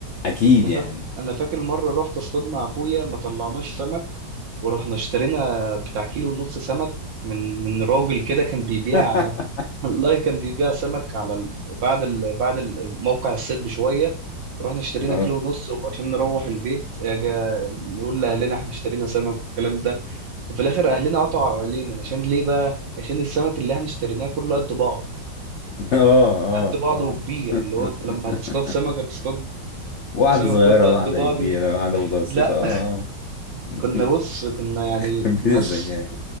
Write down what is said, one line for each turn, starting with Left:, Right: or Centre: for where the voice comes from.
Left: أكيد
Right: انا فاكر
Left: يعني
Right: انا فاكر مره رحت اصطاد مع اخويا ما طلعناش سمك ورحنا اشترينا بتاع كيلو ونص سمك من من راجل كده كان بيبيع
Left: <laughs>
Right: <laughs> والله كان بيبيع سمك على ال... بعد ال... بعد ال... موقع الصيد بشويه رحنا اشترينا
Left: اه
Right: كيلو ونص وعشان نروح البيت اجا نقول لاهلنا احنا اشترينا سمك والكلام ده وفي الاخر اهلنا قطعوا علينا عشان ليه بقى عشان السمك اللي احنا اشتريناه كله قد بعض
Left: اه اه
Right: قد بعضه
Left: اه
Right: وكبير اللي هو انت
Left: <laughs>
Right: لما هتصطاد سمك هتصطاد
Left: واحدة
Right: سمك
Left: صغيرة
Right: كله قد
Left: واحدة
Right: بعضه
Left: كبيرة واحدة متوسطة
Right: لا
Left: اه <laughs>
Right: كنا بص كنا يعني
Left: بيت
Right: ناس
Left: الزجاج